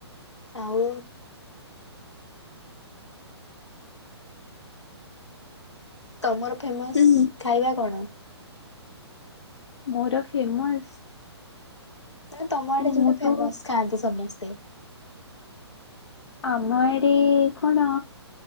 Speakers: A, on the left; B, on the left.
A: ଆଉ ତମର ଫେମସ୍
B: ହୁଁ
A: ଖାଇବା କଣ?
B: ମୋର ଫେମସ
A: ମାନେ ତମ ଆଡେ
B: ମୁଁ
A: ଯୋଉଟା
B: ତ
A: ଫେମସ ଖାଆନ୍ତି ସମସ୍ତେ।
B: ଆମ ଆଡେ କଣ?